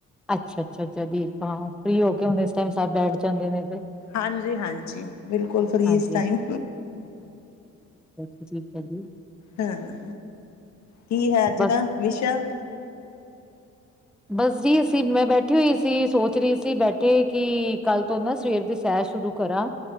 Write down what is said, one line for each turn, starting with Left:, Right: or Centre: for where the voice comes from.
Centre: ਅੱਛਾ ਅੱਛਾ ਅੱ ਦੀਪ ਹਾਂ, ਫਰੀ ਹੋ ਕੇ ਹੁਨ ਇਸ ਟੈਮ ਸਬ ਬੈਠ ਜਾਂਦੇ ਨੇ ਤੇ
Left: ਹਾਂਜੀ ਹਾਂਜੀ, ਬਿਲਕੁਲ ਫਰੀ
Centre: ਹਾਂਜੀ
Left: ਇਸ ਟਾਈਮ
Centre: ਹਾਂਜੀ ਜ ਠੀਕ ਜੀ।
Left: ਹਾਂ, ਕੀ ਹੈ ਅੱਜ
Centre: ਬਸ
Left: ਦਾ ਵਿਸ਼ਾ?
Centre: ਬਸ ਜੀ ਅਸੀਂ ਮੈਂ ਬੈਠੀ ਹੋਈ ਸੀ ਸੋਚ ਰਹੀ ਸੀ ਬੈਠੇ ਹੋ, ਕਿ ਕੱਲ ਤੋਂ ਨਾ ਸਵੇਰ ਦੀ ਸੈਰ ਸ਼ੁਰੂ ਕਰਾਂ,